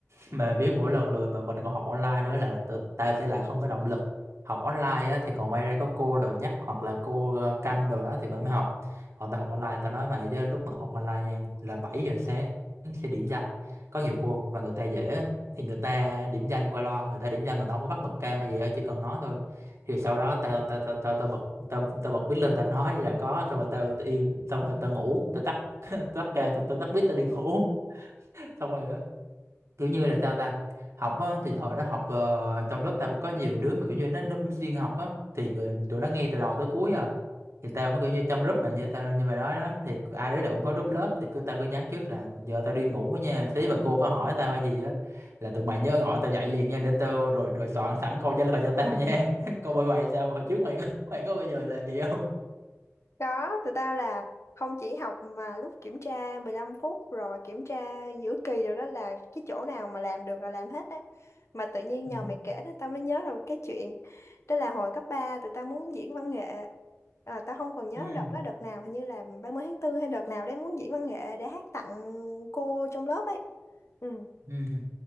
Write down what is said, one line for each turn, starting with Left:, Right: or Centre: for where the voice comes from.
Right: mà biết mỗi lần lười mà mình còn học online nữa là tự, ta sẽ lại không có động lực học online á, thì còn may ra có cô đồ nhắc hoặc là cô ờ, canh đồ đó thì vẫn mới học còn ta học online ta nói mày chứ lúc mà học online nha là 7 giờ sáng sẽ điểm danh có nhiều cô mà người ta dễ á, thì người ta điểm danh qua loa người ta điểm danh mà tao không có bắt bật cam hay gì á chỉ cần nói thôi thì sau đó tao tao tao tao tao bật tao tao bật bít lên tao nói là có xong rồi tao tao im xong rồi tao ngủ tao tắt <laughs> tắt cam tao tao tắt bít tao đi ngủ <laughs> xong rồi kiểu như là sao ta học á thì thời đó học ờ, trong lớp tao cũng có nhiều đứa mà kiểu như nó nó cũng xuyên học á thì người tụi nó nghe từ đầu tới cuối à thì tao mới kiểu như trong group mà như tao như mày nói đó thì ai đứa nào cũng có group lớp thì cứ tao cứ nhắn trước là giờ tao đi ngủ quá nha tí mà cô có hỏi tao hay gì á là tụi mày nhớ gọi tao dậy liền nha để tao rồi rồi soạn sẵn câu trả lời cho tao nha <laughs> còn bên mày sao hồi trước mày có mày có bao giờ làm vậy không
Left: Có, tụi tao là không chỉ học mà lúc kiểm tra 15 phút rồi kiểm tra giữa kỳ rồi đó là cái chỗ nào mà làm được là làm hết đấy. Mà tự nhiên
Right: ừ
Left: nhờ mày kể nên tao mới nhớ là một cái chuyện. Đó là hồi cấp 3, tụi tao muốn diễn văn nghệ. À, tao không còn nhớ
Right: ừ
Left: đợt đó đợt nào hình như là 30 tháng 4 hay đợt nào đấy muốn diễn văn nghệ để hát tặng cô trong lớp ấy. Ừ
Right: ừ